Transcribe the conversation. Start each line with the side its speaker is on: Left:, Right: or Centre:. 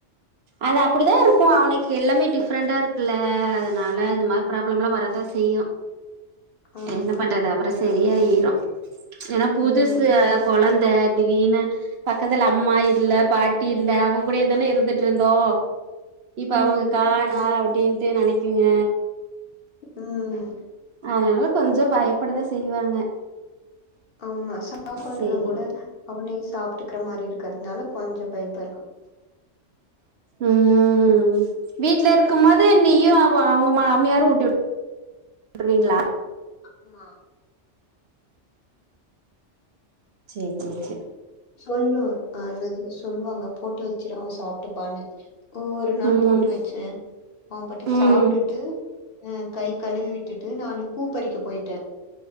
Right: அது அப்படிதா இருக்கு அவனுக்கு எல்லாமே டிஃப்ரெண்டா இருக்குல்ல அதனால இந்த மாரி ப்ராப்ளமல்லா வரதா செய்யு
Left: ஆமா
Right: என்ன பண்றது அப்புற சரியாயிரு ஏனா புதுசு
Left: ம்
Right: கொழந்த தீடீர்னு பக்கத்துல அம்மா இல்ல பாட்டி இல்ல அவுங்க கூடேதானே இருந்துட் டுருந்தோ இப்ப
Left: ம்
Right: அவுங்க காணோ அப்டின்ட்டு நெனைக்குங்க
Left: ம்
Right: அதனால கொஞ்ச பயப்படதா செய்வாங்க
Left: ஆமா சாப்பாடுல்லா
Right: சேரி
Left: கூட அவனே சாப்ட்டுக்கிற மாரி இருக்கிறதுனால கொஞ்ச பயப்பட்றோ
Right: ம் வீட்ல இருக்கம் போது நீயு அவ உங்க மாமியாரு ஊட்டி விட் ட்ருவீங்களா
Left: ஆமா
Right: சேர் சேர் சேர்
Left: சொல்லுவ அ என்னது சொல்லுவாங்க போட்டு வச்சிரு அவன் சாப்ட்டுப்பானு ஒ ஒரு நாள்
Right: ம்
Left: போட்டு வச்சே அவன் பாட்டுக்கு
Right: ம்
Left: சாப்ட்டுட்டு அ கை கழுவி விட்டுட்டு நானு பூ பறிக்க போயிட்டே